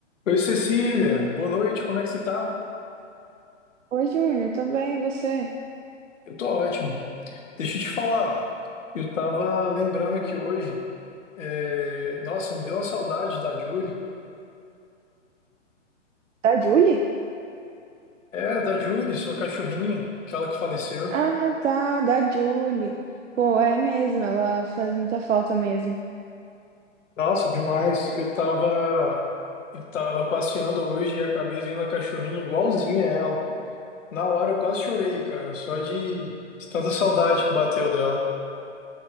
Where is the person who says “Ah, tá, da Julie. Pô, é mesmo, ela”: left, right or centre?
Right